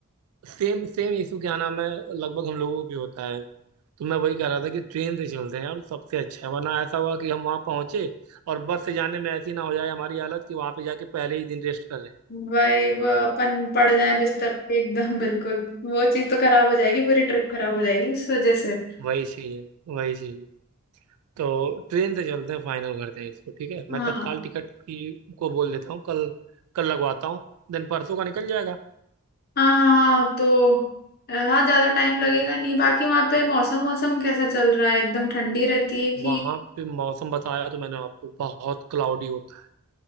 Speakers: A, on the right; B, on the left.
A: सेम सेम इशू क्या नाम है लगभग हम लोगों को भी होता है तो मैं वही कह रहा था कि ट्रेन से चलते हैं यार सबसे अच्छा है वरना ऐसा हुआ कि हम वहां पहुंचे और बस से जाने में ऐसी ना हो जाए हमारी हालत कि वहां पे जाके पहले ही दिन रेस्ट कर रहे हैं
B: वही वो अपन पड़ जाए बिस्तर पे एकदम <laughs> बिल्कुल वो चीज तो खराब हो जाएगी पूरी ट्रिप खराब हो जाएगी उस वजह से
A: वही चाहिए वही चाहिए तो ट्रेन से चलते हैं फाइनल करते हैं इसको ठीक है
B: हाँ
A: मैं तत्काल
B: हाँ
A: टिकट की को बोल देता हूँ कल कल लगवाता हूँ देन परसों का निकल जाएगा
B: हाँ, तो अ, हाँ ज्यादा टाइम लगेगा नहीं बाकी वहाँ पे मौसम मौसम कैसा चल रहा है एकदम ठंडी रहती है कि
A: वहां पे मौसम बताया तो मैंने आपको बहुत क्लाउडी होता है